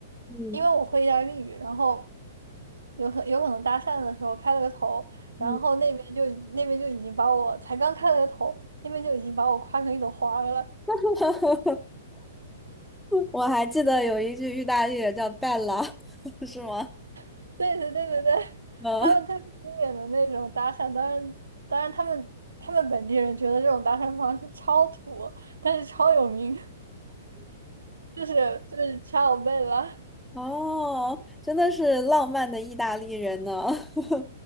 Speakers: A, in the centre; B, on the right.
A: 嗯
B: 因为我会意大利语，然后有可有可能搭讪的时候开了个头，然后那边就那边就已经把我才刚开了个头，
A: 嗯，
B: 那边就已经把我夸成一朵花儿了。
A: <laughs> 我还记得有一句意大利也叫 bella，<laughs> 是吗？
B: <laughs> 对对对对对，
A: 嗯，
B: 他们特别经典的那种搭讪，当然当然他们他们本地人觉得这种搭讪方式超土，但是超有名，就是就是掐我背了，
A: 哦，真的是浪漫的意大利人呢。<laughs>